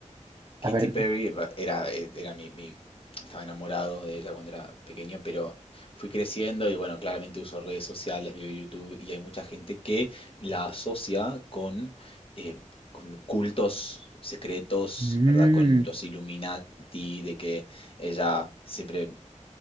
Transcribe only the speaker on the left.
Katy
Perry va- era, eh, era mi, mi- Estaba enamorado de ella cuando era pequeño, pero fui creciendo y bueno, claramente uso redes sociales, veo YouTube y hay mucha gente que la asocia con, eh, con cultos secretos,
¿verdad? Con los Illuminati, de que ella siempre